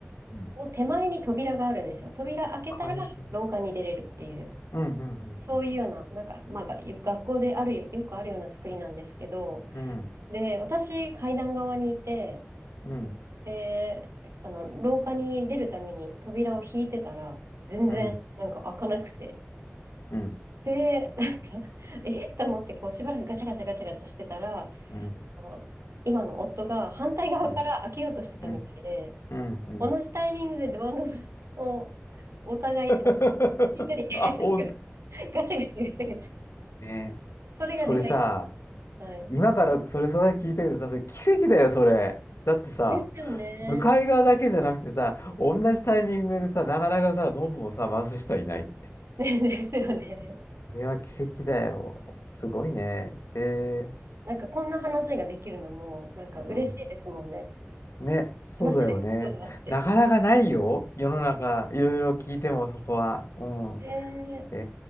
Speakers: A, on the left; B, on the right.
A: うん。
B: の手前に扉があるんですよ。扉開けたら廊下に出れるっていう。
A: 解放。うん、うん、
B: そういうような、
A: うん、
B: なんか、まあ、が学校であるよ、よくあるような作りなんですけど、
A: うん。
B: で、私、階段側にいて、
A: うん、
B: で、あの、廊下に出るために扉を引いてたら、全然、
A: うん、
B: なんか開かなくて。
A: うん、
B: で、なんか <laughs> えっと思って、こう、しばらくガチャガチャガチャガチャしてたら、
A: うん、
B: あの今の夫が反対側から開けようとしてたみたいで、
A: うん、うん、うん。
B: 同じタイミングでドアノブをお互い、
A: <laughs>
B: あの、引いたり <laughs>
A: あ、ほんと。
B: ガチャガチャガチャガチャ、
A: ね。
B: それが出会い
A: それさ、
B: だ。はい
A: 今からそれ、それ聞いたけどさ、それ奇跡だよ、それ。だってさ、
B: ですよね。
A: 向かい側だけじゃなくてさ、同じタイミングでさ、なかなかさ、ノブをさ、回す人はいない。
B: <laughs> ねですよね。
A: これは奇跡だよ。すごいね。ええ
B: なんかこんな話ができるのも、なんか嬉しいですもんね。
A: うん。ね、そうだよね。
B: 話せるエピソードがあって。
A: なかなかないよ。世の中、いろいろ聞いてもそこは。うん。
B: で、
A: え